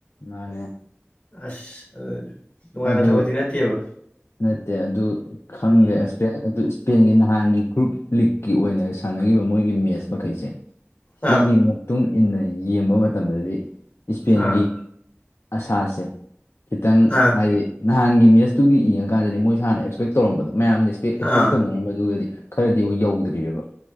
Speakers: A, on the left (about 65°); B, on the left (about 30°).
A: ꯃꯥꯅꯦ
B: ꯑꯁ ꯅꯨꯡꯉꯥꯏꯕ
A: ꯑꯗ
B: ꯊꯕꯛꯇꯤ ꯅꯠꯇꯦꯕ
A: ꯅꯠꯇꯦ ꯑꯗꯨ ꯈꯪꯗꯦ
B: ꯎꯝ
A: ꯑ ꯑꯗꯨ ꯏꯁꯄꯦꯟꯒꯤ ꯅꯍꯥꯟꯒꯤ ꯒ꯭ꯔꯨꯞ ꯂꯤꯛꯀꯤ ꯑꯣꯏꯅ ꯁꯥꯟꯅꯈꯤꯕ ꯃꯣꯏꯒꯤ ꯃꯤ ꯃꯦꯁ ꯃꯈꯩꯁꯦ ꯁꯤꯒꯤ
B: ꯑꯥ
A: ꯃꯇꯨꯡ ꯏꯟꯅ ꯌꯦꯡꯕ ꯃꯇꯝꯗꯗꯤ ꯏꯁꯄꯦꯟꯒꯤ
B: ꯑꯥ
A: ꯑꯁꯥꯁꯦ ꯈꯤꯇꯪ
B: ꯑꯥ
A: ꯍꯥꯏꯗꯤ ꯅꯍꯥꯟꯒꯤ ꯃꯦꯠꯁꯇꯨꯒꯤ ꯏꯡꯉꯀꯥꯟꯗꯗꯤ ꯃꯣꯏꯁꯨ ꯍꯥꯟꯅ ꯑꯦꯛꯁꯄꯦꯛ ꯇꯧꯔꯝꯕꯗꯣ ꯃꯌꯥꯝꯅꯁꯦꯛ ꯑꯦꯛꯁꯄꯦꯛ
B: ꯑꯥ
A: ꯇꯧꯅꯔꯝꯕꯗꯨꯒꯗꯤ ꯈꯔꯗꯤꯕꯨ ꯌꯧꯗ꯭ꯔꯤꯑꯕ